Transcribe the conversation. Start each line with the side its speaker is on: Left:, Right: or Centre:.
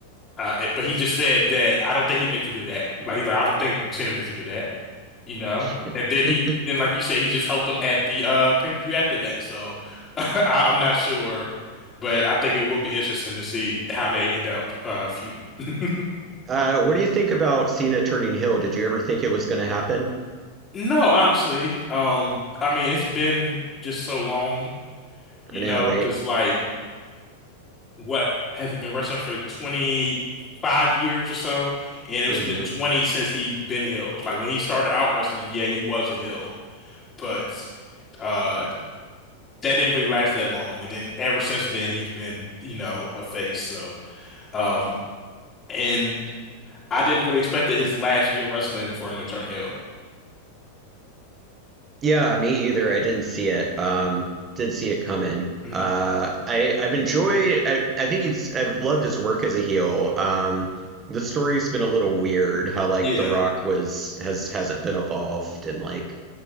Left: Uh, but he just said that I don't think he meant to do that. Like he's like, I don't think Cena meant to do that, you know.
Right: <laughs>
Left: And then he, and like you said, he just helped him at the uh pay-per-view after that. So <laughs> I, I'm not sure, but I think it will be interesting to see how they end up uh feuding. <laughs>
Right: Uh, what do you think about Cena turning heel? Did you ever think it was going to happen?
Left: No, honestly, um, I mean, it's been just so long, you
Right: I know,
Left: know,
Right: right?
Left: just like what has he been wrestling for 25 years or so? And it's
Right: Mm-hmm.
Left: been 20 since he been heels. Like when he started out wrestling, yeah, he was a heel. but uh that didn't really last that long. And then ever since then he's been, you know, a face. So um and I didn't really expect that his last year wrestling for him to turn heel.
Right: Yeah, me either. I didn't see it. Um, did see it coming.
Left: Mm-mm.
Right: Uh, I I've enjoyed. I I think it's. I've loved his work as a heel. Um, the story's been a little weird. How like
Left: Yeah.
Right: The Rock was has hasn't been evolved, and like